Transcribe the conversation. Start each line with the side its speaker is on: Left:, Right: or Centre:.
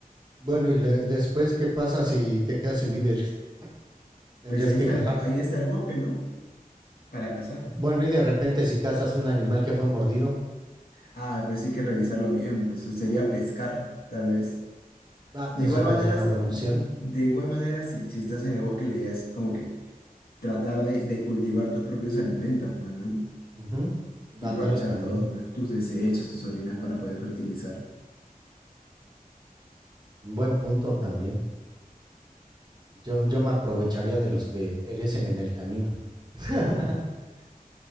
Right: Bueno, y le- después, ¿qué pasa si te quedas sin víveres? Tendrías
Left: Pues ahí
Right: que
Left: está,
Right: viajar.
Left: el- ahí está el bosque, ¿no? Para cazar.
Right: Bueno, y de repente si cazas un animal que fue mordido,
Left: Ah, pero sí hay que revisarlo bien, pues sería pescar, tal vez.
Right: ah,
Left: De
Right: eso
Left: igual
Right: puede
Left: manera,
Right: ser una
Left: s-
Right: buena opción.
Left: de igual manera, si, si estás en el bosque, la idea es como que tratar de, de cultivar tus propios alimentos, pues, ¿no?
Right: Ujú,
Left: y
Right: Ándale
Left: aprovechar
Right: también.
Left: todo, pues tus desechos, tus orinas para poder fertilizar.
Right: Buen punto también. Yo, yo me aprovecharía de los que perecen en el camino. <laughs>